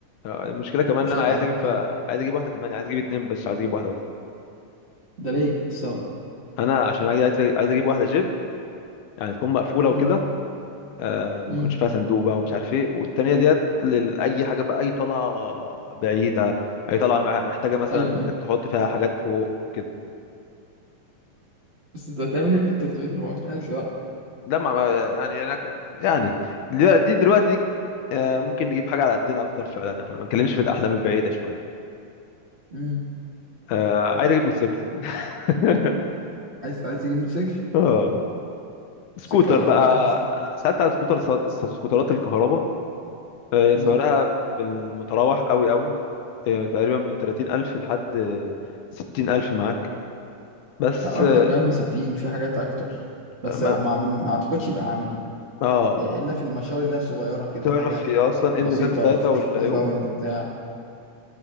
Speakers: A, on the left (about 75°); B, on the right (about 40°).
A: آه، المشكله كمان
B: مش
A: ان انا
B: هينفع
A: عايز
B: اقل
A: اجيب
B: من كده
A: عايز اجيب واحده كمان يعني عايز اجيب اتنين بس مش عايز اجيب واحده بس
B: ده ليه السبب
A: انا عشان عايز عايز عايز اجيب واحده جيب يعني تكون مقفوله وكده
B: امم
A: آه ما
B: امم
A: يكونش فيها صندوق بقى ومش عارف ايه والتانيه ديت لاي حاجه بقى اي طلعه بعيده اي طلعه مع- محتاجه مثلا
B: ايوه
A: انك
B: ايوه
A: تحط فيها حاجات فوق وكده
B: بس انت هتعمل ايه ب 300 400 الف بقى
A: لا ما ما- يعني انا ك- يعني دلوقتي- دي دلوقتي آه ممكن نجيب حاجه على قدنا اكتر فعلا احنا ما بنتكلمش في الاحلام البعيده شويه
B: امم
A: آه عايز اجيب موتوسيكل <laughs>
B: عايز عايز تجيب موتوسيكل
A: اه سكوتر
B: موتوسيكل ولا
A: بقى
B: عربية
A: انا سالت على سكوتر س- سكوترات الكهرباء آه سعرها
B: امم
A: بالمتراوح قوي قوي آه تقريبا من 30000 لحد آه، 60000 معاك بس
B: لا اكتر
A: اه
B: كمان من 60 في حاجات اكتر بس
A: ما-
B: آه، ما ما اعتقدش يبقى عملي
A: آه،
B: الا في المشاوير اللي هي صغيره كده
A: تعرف
B: حاجه
A: هي اصلا ايه
B: بسيطة
A: الميزات بتاعتها
B: في
A: والعيوب
B: في كومباوند بتاع